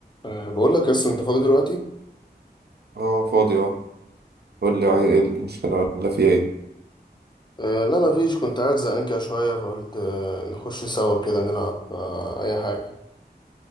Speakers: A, on the left (about 25°); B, on the right (about 70°).
A: أه بقول لك اصلا انت فاضي دلوقتي
B: اه فاضي اه قول لي عايز ايه المشكلة ولا في ايه
A: أه لا ما فيش كنت قاعد زهقان كده شويه فقلت أه نخش سوا كده نلعب أه اي حاجه